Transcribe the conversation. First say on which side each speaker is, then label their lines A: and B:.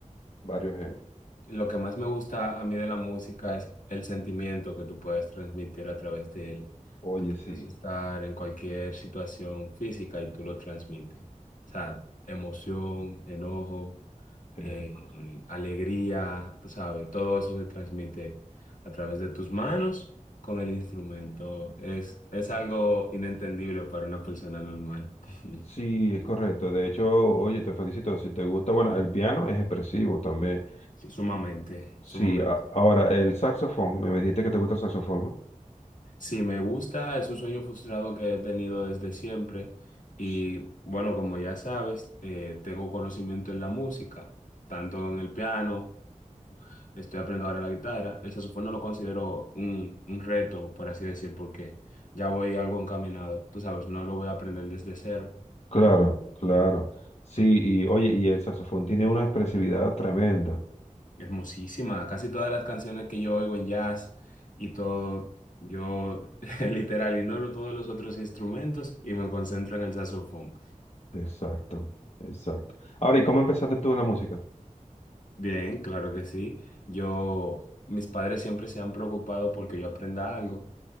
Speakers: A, on the left (about 55°); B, on the left (about 80°).
A: varios géneros.
B: Lo que más me gusta a mí de la música es el sentimiento que tú puedes transmitir a través de él.
A: Oye,
B: Tú puedes
A: sí,
B: estar en cualquier situación física y tú lo transmites. O sea, emoción, enojo,
A: es
B: eh,
A: correcto.
B: eh, alegría, tú sabes, todo eso se transmite a través de tus manos con el instrumento. Es, es algo inentendible para una persona normal. <laughs>
A: Sí, es correcto. De hecho, oye, te felicito. Si te gusta, bueno, el piano es expresivo también.
B: Sí, sumamente,
A: Sí,
B: sumamente.
A: a- ahora el saxofón, me dijiste que te gusta el saxofón, ¿no?
B: Sí, me gusta, es un sueño frustrado que he tenido desde siempre y
A: S-
B: bueno, como ya sabes, eh, tengo conocimiento en la música, tanto en el piano, estoy aprendiendo ahora la guitarra, el saxofón no lo considero un, un reto, por así decir, porque ya voy algo encaminado, tú sabes, no lo voy a aprender desde cero.
A: Claro, claro. Sí, y oye, y el saxofón tiene una expresividad tremenda.
B: Hermosísima, casi todas las canciones que yo oigo en jazz y todo, yo <laughs> literal ignoro todos los otros instrumentos y me concentro en el saxofón.
A: Exacto, exacto. Ahora, ¿y cómo empezaste tú en la música?
B: Bien, claro que sí. Yo, mis padres siempre se han preocupado porque yo aprenda algo.